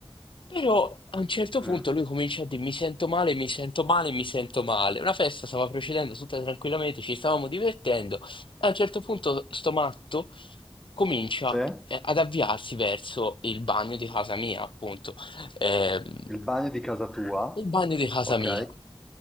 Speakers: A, on the left; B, in the centre.
A: Però a un certo
B: mm.
A: punto lui comincia a dire mi sento male, mi sento male, mi sento male. Una festa stava procedendo tutta tranquillamente, ci stavamo divertendo. A un certo punto sto matto comincia
B: C'è
A: eh, ad avviarsi verso il bagno di casa mia, appunto. Ehm,
B: il bagno di casa tua,
A: il bagno di casa
B: ok?
A: mia.